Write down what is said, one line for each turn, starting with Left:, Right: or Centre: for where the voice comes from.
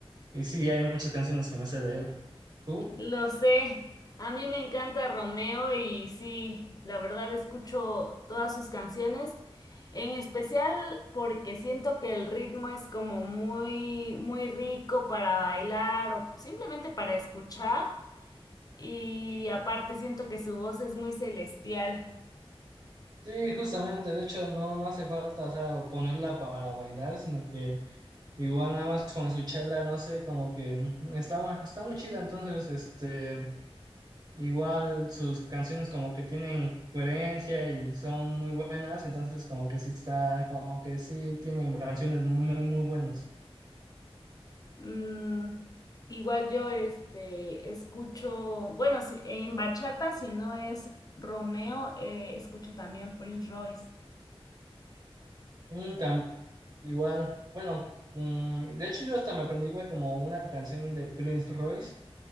Right: y sí, hay muchas canciones que me sé de él. ¿Tú?
Left: Lo sé, a mí me encanta Romeo y sí, la verdad escucho todas sus canciones, en especial porque siento que el ritmo es como muy, muy rico para bailar o simplemente para escuchar y aparte siento que su voz es muy celestial.
Right: Sí, justamente, de hecho, no, no hace falta, o sea, ponerla para bailar, sino que igual nada más con escucharla, no sé, como que mm, está, mu- está muy chida, entonces, este... Igual sus canciones como que tienen coherencia y son muy buenas, entonces como que sí está, como que sí tienen canciones muy, muy, muy buenas.
Left: Mm, igual yo este escucho, bueno, si, en bachata si no es Romeo, eh, escucho también Prince Royce.
Right: Mm, tam- igual, bueno, mm, de hecho yo hasta me aprendí, güey, como una canción de Prince Royce